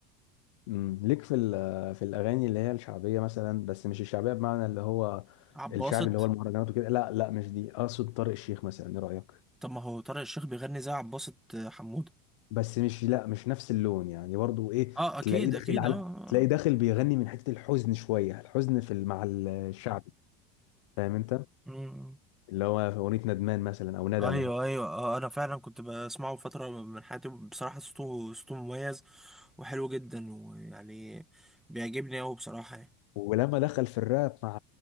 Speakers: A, on the left; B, in the centre.
A: امم ليك في ال- في الاغاني اللي هي الشعبيه مثلا بس مش الشعبيه بمعنى اللي هو
B: عباسط
A: الشعبي اللي هو المهرجانات وكده لا لا مش دي اقصد طارق الشيخ مثلا ايه رايك
B: طب ما هو طارق الشيخ بيغني زي عباسط حمود
A: بس مش لا مش نفس اللون يعني برضو ايه
B: اه اكيد
A: تلاقيه داخل
B: اكيد
A: على
B: اه
A: تلاقيه داخل بيغني من حته الحزن شويه الحزن في ال- مع الشعبي فاهم انت
B: امم
A: اللي هو في اغنيه ندمان مثلا او ندم
B: ايوه ايوه آه، انا فعلا كنت بسمعه فتره من حياتي بصراحه صوته صوته مميز وحلو جدا ويعني بيعجبني قوي بصراحه يعني
A: ولما دخل في الراب مع